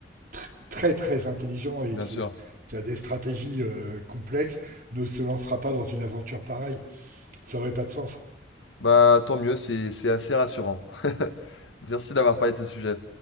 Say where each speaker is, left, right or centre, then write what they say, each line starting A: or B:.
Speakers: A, on the right; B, on the left.
A: tr- très très intelligent et
B: Bien
A: qui,
B: sûr.
A: est- qui a des stratégies euh, complexes, ne se lancera pas dans une aventure pareille. ça aurait pas de sens.
B: Bah, tant mieux, c'est c'est assez rassurant. <laughs> Merci d'avoir parlé de ce sujet.